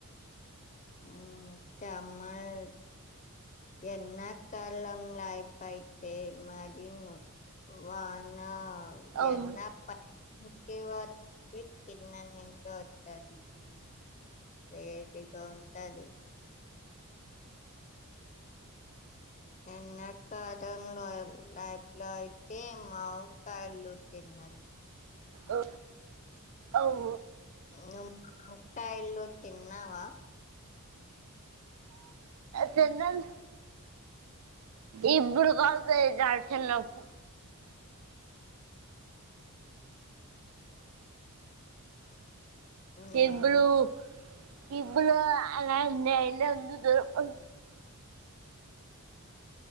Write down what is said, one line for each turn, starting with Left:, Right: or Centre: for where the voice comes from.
Left: ఆ తామర్ ఎన్నా కాలంలా అయిపైతే మరిను వానా
Right: అవును
Left: ఎన్నా <unintelligible> దిక్ కి న నింత వతాదిేది వే దిడిగా ఉంటది ఎండాకాలంలో లైఫ లోయితేే మావ కయళు తిన్న
Right: ఓ అవు
Left: నువ్వు కాయలు తిన్నావా
Right: తిన్నాను ఇప్పుడు కలుతాయి చార్చన్నకు
Left: నేను
Right: ఇబ్బులు <unintelligible>